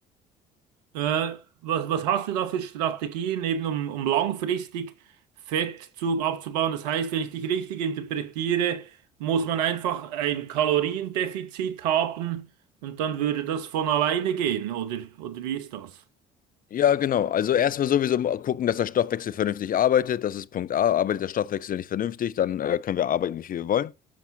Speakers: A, on the right; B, on the left.
A: Äh, was, was hast du da für Strategien, eben um, um langfristig Fett zu, abzubauen? Das heißt, wenn ich dich richtig interpretiere, muss man einfach ein Kaloriendefizit haben und dann würde das von alleine gehen, oder, oder wie ist das?
B: Ja, genau. Also erstmal sowieso mal gucken, dass der Stoffwechsel vernünftig arbeitet. Das ist Punkt A. Arbeitet der Stoffwechsel nicht vernünftig, dann äh, können wir arbeiten, wie viel wir wollen.